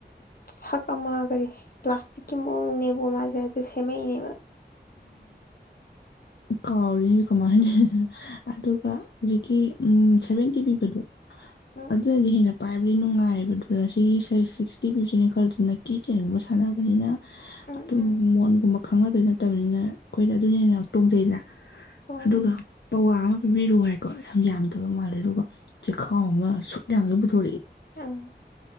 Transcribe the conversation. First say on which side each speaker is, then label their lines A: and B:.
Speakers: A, on the left; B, on the left.
A: ꯁꯛ ꯑꯃ ꯀꯔꯤ ꯄ꯭ꯂꯥꯁꯇꯤꯛꯀꯤ ꯃꯑꯣꯡꯅꯦꯕ ꯃꯥꯁꯦ ꯁꯦꯝꯃꯛ ꯏꯅꯦꯕꯥ
B: ꯀꯥꯎ ꯀꯃꯥꯏ ꯍꯥꯏꯅꯤ ꯑꯗꯨꯒ ꯍꯧꯖꯤꯛ ꯀꯤ ꯎꯝ ꯁꯦꯚꯦꯟꯇꯤ ꯄꯤꯕꯗꯣ
A: ꯎꯝ
B: ꯑꯗꯨꯅꯗꯤ ꯍꯦꯟꯅ ꯄꯥꯏꯕꯗꯤ ꯅꯨꯡꯉꯥꯏꯕꯗꯨꯗ ꯁꯤꯒꯤ ꯁꯤꯛꯁꯇꯤ ꯐꯤꯞꯁꯤꯅ ꯈꯜꯁꯤꯅ ꯅꯥꯏꯀꯤ ꯆꯦꯟꯒꯨꯝꯕꯥ ꯁꯥꯔꯀꯑꯥꯕꯅꯤꯅꯥ
A: ꯎꯝ
B: ꯑꯗꯨ
A: ꯎꯝ
B: ꯃꯣꯟꯒꯨꯃꯛ ꯈꯪꯅꯗꯣꯏ ꯅꯠꯇꯕꯅꯤꯅ ꯑꯩꯈꯣꯏꯅꯗꯤ ꯍꯦꯟꯅ ꯇꯣꯡꯖꯩꯗꯥꯅ
A: ꯇꯣꯡꯉꯤꯅꯤ
B: ꯑꯗꯨꯒ ꯄꯋꯥ ꯑꯃ ꯄꯤꯕꯤꯔꯨ ꯍꯥꯏꯀꯣ ꯌꯥꯝ ꯌꯥꯝꯗꯕ ꯃꯥꯜꯂꯦ ꯑꯗꯨꯒ ꯆꯦꯈꯥꯎ ꯑꯃ ꯁꯨꯛ ꯌꯥꯝꯒꯩ ꯄꯨꯊꯣꯔꯛꯏ
A: ꯑꯥ